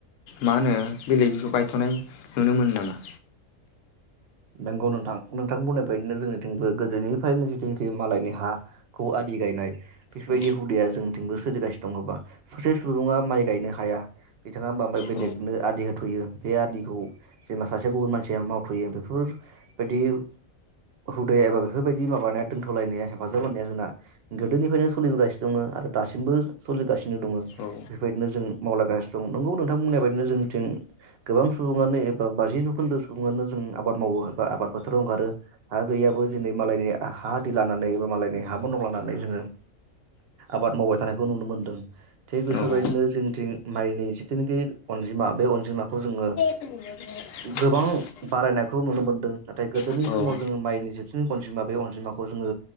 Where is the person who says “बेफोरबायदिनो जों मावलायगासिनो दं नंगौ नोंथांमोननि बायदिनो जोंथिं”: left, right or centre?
Right